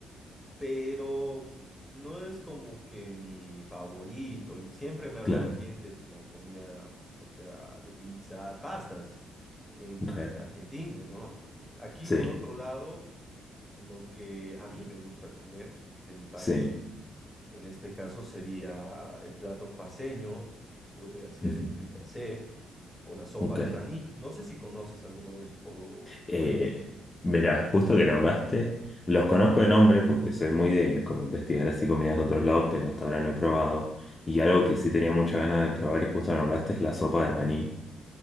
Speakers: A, in the centre; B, on the left.
A: pero no es como que mi favorito y siempre me hablaron
B: claro,
A: bien de la comida, o sea, de pizzas, pastas en
B: re,
A: Argentina, ¿no? Aquí,
B: sí,
A: por otro lado, lo que a mí me gusta comer de mi país,
B: sí.
A: en este caso sería el plato paceño, podría ser
B: ujú,
A: el fricasé o la sopa
B: Ok.
A: de maní. No sé si conoces alguno de esos, o
B: Eh,
A: bueno,
B: mirá, justo que nombraste, los conozco de nombre porque soy muy de como investigar así comidas de otros lados, pero hasta ahora no he probado. Y algo que sí tenía mucha ganas de probar y justo nombraste es la sopa de maní,